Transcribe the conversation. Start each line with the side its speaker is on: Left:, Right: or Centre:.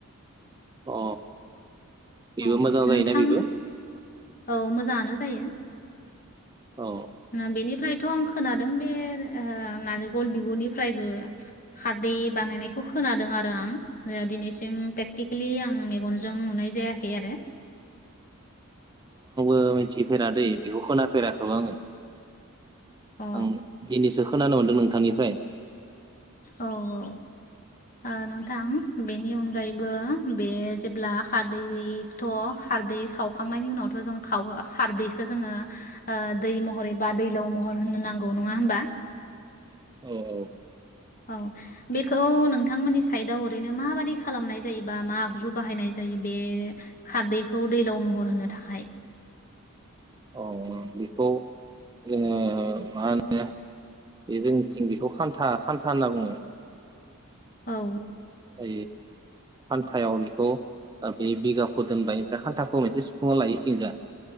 Right: अ बेबो
Left: औ
Right: मोजां
Left: नोंथां
Right: जायोना बेबो।
Left: औ मोजांङानो जायो।
Right: औ
Left: उम बेनिफ्राय त' आं खोनादों बे ओ नारेंखल बिगुरनिफ्रायबो खारदै बानायनायखौ खोनादों आरो आं दिनैसिम प्रेक्टिकेलि आं मेगनजों नुनाय जाया थियो आरो।
Right: खौ मिथिफेराद दै बेखौ खोनाफेराखै आंङो।
Left: अ
Right: आं दिनिसो खोनानो मोन्दों नों थांनिफ्राय।
Left: औ औ ओ नोंथां बेनि अनगायैबो बे जेब्ला खारदैथ' खारदै सावखांनायनि उनावथ' जों खाव खारदैखो जोङो ओ दै महरै एबा दैलाव महर होननो नांगौ नङा होमबा।
Right: औ औ।
Left: औ बेखौ नोंथांमोननि साइदआव ओरैनो माबादि खालामनाय जायोबा मा आगजु बाहायनाय जायो बे खारदैखौ दैलाव महर होनो थाखाय।
Right: औ बेखौ जोङो। मा होनो बे जोंनिथिं बेखौ खान्था खान्था होनना बुङो।
Left: औ
Right: ओ हान्थायाव बेखौ ओ बे बिगाखौ दोनबाय ओमफाय हान्थाखौ मोनसे सुफुंना लायो सिंजा।